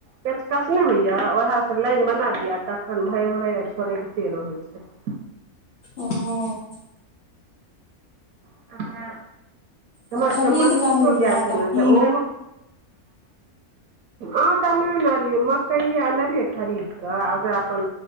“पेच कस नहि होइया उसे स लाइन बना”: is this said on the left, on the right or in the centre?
Right